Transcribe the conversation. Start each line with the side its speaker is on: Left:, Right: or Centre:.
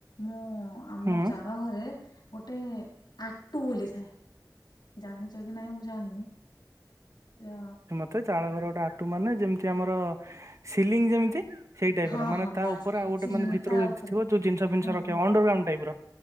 Left: ମୁଁ ଆମ
Right: ହୁଁ
Left: ଚାଳ ଘରେ ଗୋଟେ ଆଟୁ ବୋଲିଥାଏ। ଜାଣିଚକି ନାହିଁ ମୁଁ ଜାଣିନି। <inaudible>
Right: ତ ଚାଳ ଘର ଗୋଟେ ଆଟୁ ମାନେ ଯେମିତି ଆମର ସିଲିଂ ଯେମିତି ସେଇ ଟାଇପ୍
Left: ହଁ
Right: ର ମାନେ
Left: ହଁ
Right: ତା
Left: ବାସ୍
Right: ଉପରେ ଆଉ ଗୋଟେ
Left: ସିଲିଣ୍ଡର
Right: ମାନେ ଭିତରକୁ
Left: ତା
Right: ଯଦି
Left: ଉପରେ
Right: ଥିବ ଯୋଉ ଜିନଷ ଫିନିଷ
Left: ହଁ
Right: ରଖିବ
Left: ହଁ
Right: ଅଣ୍ଡରଗ୍ରାଉଣ୍ଡ ଟାଇପ୍ ର।